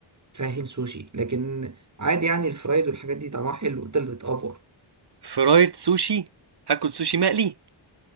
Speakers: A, on the right; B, on the right.
A: فاهم سوشي لكن عادي يعني الفرايد والحاجات دي طعمها حلو انت اللي بتأفور
B: فرايد سوشي هاكل سوشي مقلي